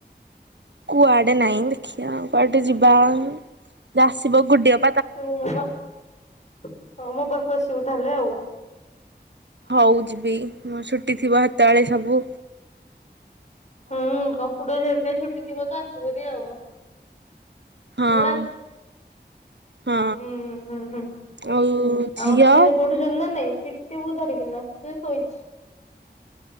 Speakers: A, on the right; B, on the left.
A: କୁଆଡେ ନାଇଁ, ଦେଖିଆ କୁଆଡେ ଯିବା ଆଉ ଯୋଉ ଆସିବ ଗୁଡି ଅ
B: ଆସିବୁ ମୋ ପାଖକୁ, ହଁ ମୋ ପାଖକୁ ଆସିବୁ ତାହେଲେ ଆଉ।
A: ହଉ ଯିବି ମୋ ଛୁଟି ଥିବ ହେତବେଳେ ସବୁ।
B: ହୁଁ, କମ୍ପୁଟର ହେରିକା ଛୁଟି ଥିବ ତ ଆସିବୁ ହାରି ଆଉ।
A: ହଁ।
B: ହେଲା।
A: ହଁ
B: ହୁଁ ହୁଁ ହୁଁ ହୁଁ
A: ଆଉ ଝିଅ
B: ଆଉ ଅଖିଆ ରିପୋର୍ଟ। ଗେଲ ନାଇଁ, ପିିଟିବୁ ଧରିକିନା। ସିଏ ଶୋଇଛି।